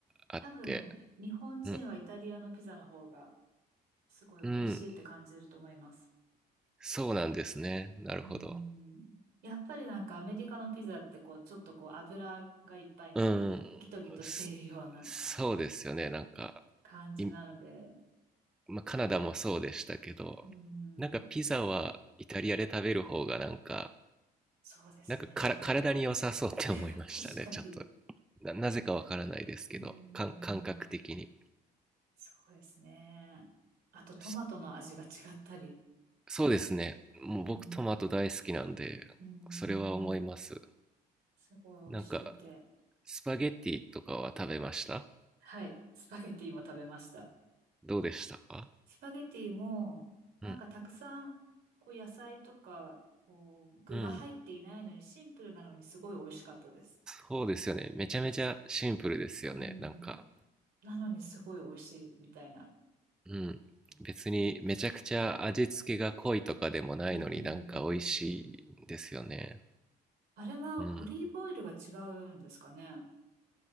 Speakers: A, in the centre; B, on the right.
A: あって
B: 多分、日本人はイタリアのピザの方が
A: うん
B: すごい美味しいって感じると思います。
A: うんそうなんですねなるほど
B: うーん。やっぱりなんかアメリカのピザってこう、ちょっとこう油がいっぱいみたいな、
A: うん、
B: ギトギトしているような
A: すそうですよね。なんか、
B: 感じなので、
A: い、まあ、カナダもそうでしたけど、
B: うー
A: なんかピザはイタリアで食べる方がなんか、
B: ん。そうですね。
A: なんかから体に良さそうって思いましたね。
B: <laughs> 確かに。
A: ちょっと、な、なぜかわからないですけど、
B: うーん。
A: 感、感覚的に。
B: そうですね。あとトマトの味が違ったり、
A: そそうですね。もう僕トマト大好きなんで、
B: うん。うーん。
A: それは思います。
B: すごい美味しくて。
A: なんか、スパゲッティとかは食べました
B: はい。スパゲティも食べました。
A: どうでしたか
B: スパゲティも、なんかたくさん、
A: うん。
B: こう野菜とか、こう具が入っていないのにシンプルなのにすごい美味しかったです。
A: うん。そうですよね。めちゃめちゃシンプルですよね。
B: うん。
A: なんか、
B: なのにすごい美味しいみたいな。
A: うん。別にめちゃくちゃ味付けが濃いとかでもないのになんか美味しいですよね。
B: うん。あれはオリーブオイルが違うんですかね。
A: うん。